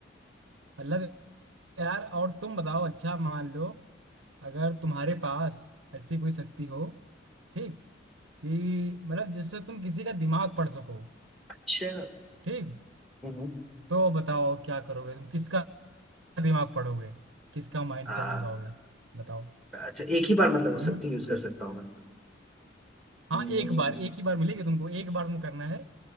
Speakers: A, on the right; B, in the centre.
A: मतलब यार और तुम बताओ अच्छा मान लो अगर तुम्हारे पास ऐसी कोई शक्ति हो ठीक कि मतलब जिससे तुम किसी का दिमाग पढ़ सको
B: अच्छा
A: ठीक
B: हम्म,
A: तो बताओ क्या करोगे तुम किसका दिमाग पढ़ोगे किसका माइंड
B: हाँ,
A: पढ़ना चाहोगे बताओ
B: अच्छा एक ही बार मतलब वो
A: हम्म
B: शक्ति यूज कर सकता हूँ मैं
A: हाँ
B: हम्म,
A: एक बार एक ही बार मिलेगी तुमको एक बार तुमको करना है